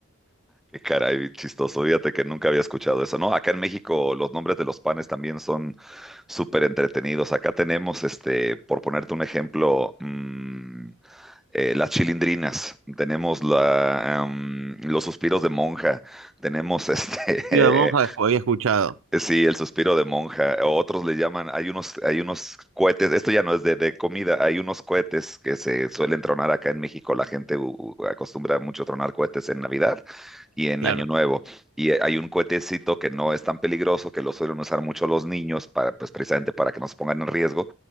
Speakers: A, in the centre; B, on the right.
A: qué caray, chistoso, fíjate que nunca había escuchado eso, ¿no? Acá en México los nombres de los panes también son súper entretenidos, acá tenemos, este, por ponerte un ejemplo, mm, eh, las chilindrinas, tenemos la, em, los suspiros de monja, tenemos este <laughs>
B: Tío de monja había escuchado.
A: eh, Sí, el suspiro de monja, o otros le llaman, hay unos, hay unos cohetes, esto ya no es de, de comida, hay unos cohetes que se suelen tronar acá en México, la gente u- u- acostumbra mucho tronar cohetes en Navidad y en
B: Claro.
A: Año Nuevo, y eh, hay un cohetecito que no es tan peligroso, que lo suelen usar mucho los niños, para, pues precisamente para que no se pongan en riesgo,